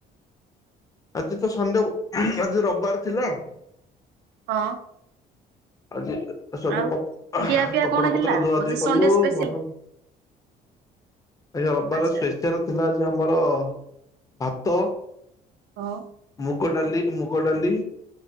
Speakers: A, on the left; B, on the right.
A: ଆଜି ତ ସଣ୍ଡେ ଆଜି ରବିବାର ଥିଲା।
B: ହଁ।
A: ଆଜି ସବୁ
B: ଆଉ
A: କପ
B: ଖିଆ ପିଆ
A: କପଡ଼ା
B: କଣ
A: ପତର
B: ହେଲା
A: ଧୁଆ
B: ବୋଧେ
A: ଧୁଇ କଲୁ
B: ସଣ୍ଡେ ସ୍ପେସିଆଲ
A: ଘର ଆଜି ରବିବାର
B: ଆଚ୍ଛା
A: ସ୍ପେଶିଆଲ ଥିଲା ଆଜି ଆମର ଭାତ
B: ହଁ।
A: ମୁଗ ଡାଲି ମୁଗ ଡାଲି